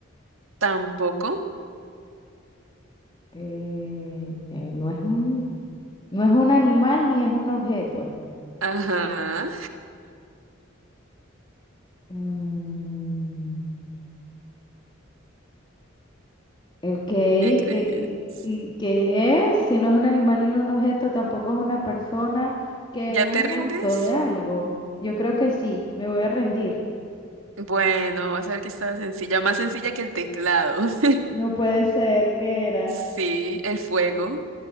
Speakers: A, on the right; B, on the left.
A: tampoco.
B: Eh, eh, no es un, no es un animal ni es un objeto.
A: Ajá,
B: Mm, ok, eh,
A: ¿qué crees?
B: ¿y, y qué es? Si no es un animal ni un objeto, tampoco es una persona, que
A: ¿Ya
B: es
A: te
B: un
A: rindes?
B: acto de algo. Yo creo que sí, me voy a rendir.
A: Bueno, vas a ver que está sencilla, más sencilla que el teclado. <laughs>
B: No puede ser que era.
A: Sí, el fuego.